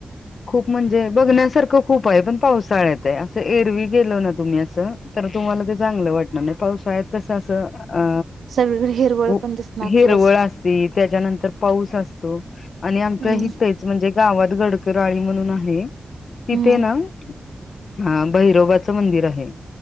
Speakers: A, on the left; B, on the right.
A: खूप म्हणजे बघण्यासारखं खूप आहे पण पाऊस <unintelligible> असे एरवी <unintelligible> गेल ना तुम्ही अस, तर तुम्हाला ते चांगलं वाटणार नाही. पावसाळ्यात कसं असं, अ
B: सगळीकडे हिरवळ
A: उ
B: पण दिसणार
A: हिरवळ
B: तुला असं.
A: असती, प त्याच्यानंतर पाऊस असतो. आणि
B: हं
A: हितेचं म्हणजे गावात गड राळी म्हणून आहे, तिथे
B: हं
A: ना, <inaudible> हा भैरोबाचं मंदिर आहे.